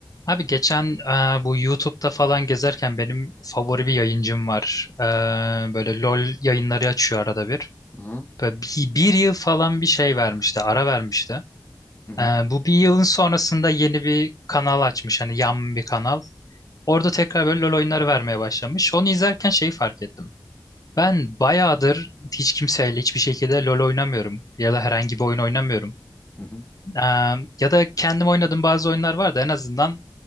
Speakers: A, on the left; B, on the left.
A: Abi geçen e, bu YouTube'da falan gezerken benim favori bir yayıncım var. E, böyle LOL yayınları açıyor arada bir.
B: Hı hı.
A: Böyle bir, bir yıl falan bir şey vermişti, ara vermişti.
B: Hı hı.
A: E, bu bir yılın sonrasında yeni bir kanal açmış, hani yan bir kanal. Orada tekrar böyle LOL oyunları vermeye başlamış. Onu izlerken şeyi fark ettim. Ben bayağıdır hiç kimseyle hiçbir şekilde LOL oynamıyorum ya da herhangi bir oyun oynamıyorum.
B: Hı hı.
A: E, ya da kendim oynadığım bazı oyunlar var da en azından